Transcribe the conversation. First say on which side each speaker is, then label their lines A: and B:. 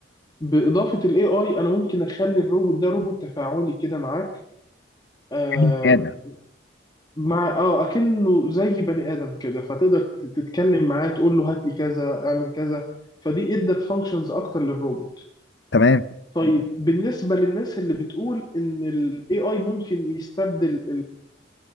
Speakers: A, on the left; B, on the left.
A: باضافه الاي اي انا ممكن اخلي الروبوت ده روبوت تفاعلي كده معاك آه
B: يعني هذا
A: مع اه اكنه زي بني ادم كده فتقدر ت- تتكلم معاه تقول له هات لي كذا اعمل كذا فدي ادت فانكشنز اكتر للروبوت
B: تمام
A: طيب بالنسبه للناس اللي بتقول ان الاي اي ممكن يستبدل